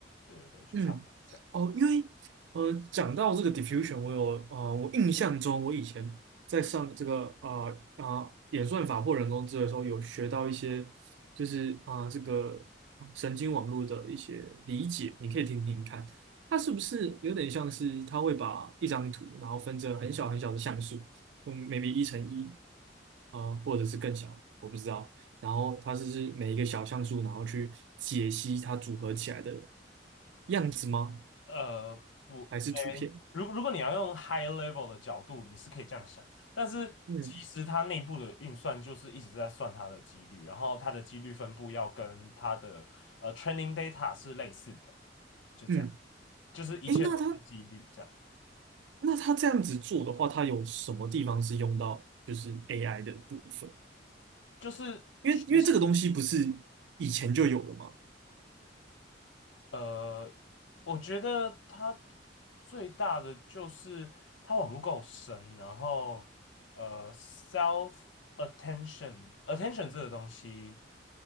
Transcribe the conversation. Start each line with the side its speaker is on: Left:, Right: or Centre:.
Left: 对对对，就差不多是这样。
Right: 嗯，哦，因为呃，讲到这个 diffusion，我有呃，我印象中我以前在上这个呃啊、呃演算法或人工智能的时候，有学到一些就是啊、呃这个神经网络的一些理解，你可以听听看，它是不是有点像是它会把一张图，然后分成很小很小的像素，嗯，maybe 一乘一，呃，或者是更小，我不知道。然后它是是每一个小像素，然后去解析它组合起来的样子吗？
Left: 呃，不，
Right: 还是图片？
Left: 嗯，如如果你要用 high level 的角度，你是可以这样想，但是其实它内部的运算就是一直在算它的几率，
Right: 嗯
Left: 然后它的几率分布要跟它的呃 training data 是类似的。就这样，
Right: 嗯，
Left: 就是一切都是几率，
Right: 诶，那他
Left: 这样
Right: 那他这样子做的话，他有什么地方是用到就是 AI 的部分？
Left: 就是学习。
Right: 因为因为这个东西不是以前就有了吗？
Left: 呃，我觉得它最大的就是它网路够深，然后呃，self attention attention 这个东西